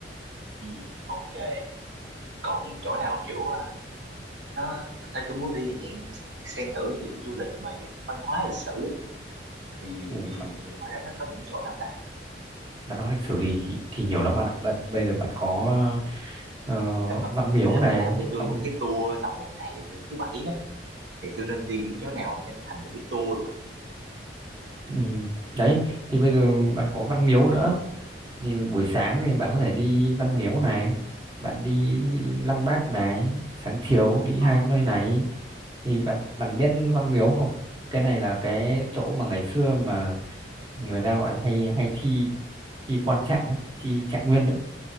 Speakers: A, on the right; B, on the right.
A: ừ, ok còn chỗ nào kiểu ờ, nó Ê, tôi muốn đi dạng xem thử kiểu du lịch mà dạng văn hóa lịch sử ấy. thì
B: ừ,
A: thì
B: bạn
A: thì ngoài đó nó có những chỗ nào ta
B: bạn lịch sử thì thì nhiều lắm bạn ạ bạn bây giờ bạn có ờ,
A: Ê, Phật,
B: văn miếu
A: nếu
B: này
A: bạn làm cho tôi
B: văn
A: một cái tour tầm một ngày từ thứ bảy á thì tôi nên đi những chỗ nào cho thành một cái tour được không
B: ừ, đấy thì bây giờ bạn có văn miếu nữa thì buổi sáng thì bạn có thể đi Văn Miếu này bạn đi Lăng Bác này sáng chiều đi
A: Ờ
B: hai nơi này thì bạn bạn biết Văn Miếu không cái này là cái chỗ mà ngày xưa mà người ta gọi là hay hay thi thi quan trạng ấy thi trạng nguyên đấy